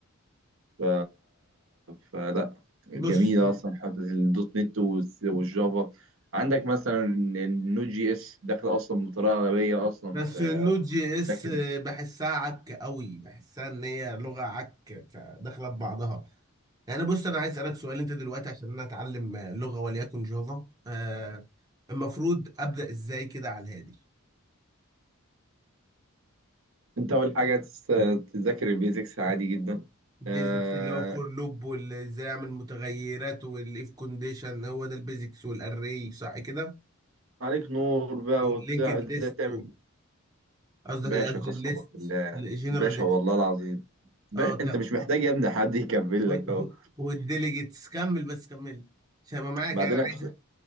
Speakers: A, on the right; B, on the right.
A: ف... فلا جميلة
B: بص
A: أصلا حتة الدوت نت والس- والجافا عندك مثلا النود جي اس داخلة أصلا بطريقة غبية أصلا
B: بس
A: في
B: النود جي اس
A: لكن
B: بحسها عك قوي بحسها ان هي لغه عك داخله ببعضها يعني بص انا عايز اسالك سؤال انت دلوقتي عشان انا اتعلم لغه وليكن جافا آه المفروض ابدا ازاي كده على الهادي
A: أنت أول حاجة تس- تذاكر البيزكس عادي جدا
B: البيزكس
A: آه...
B: اللي هو فور لوب وازاي اعمل متغيرات والاف كونديشن هو ده البيزكس والاري صح كده
A: عليك نور بقى
B: واللينكد
A: وبتاع ازاي
B: ليست
A: تعمل
B: قصدك
A: باشا
B: قصدي
A: قسما
B: الليست
A: بالله
B: الجنرال
A: باشا
B: ليست
A: والله العظيم باشا
B: اه كمل
A: انت مش محتاج يا ابني حد يكمل
B: و-
A: لك اهو
B: والديليجيتس كمل بس كمل عشان ما معاك
A: بعدين
B: يعني عايز
A: هتخ...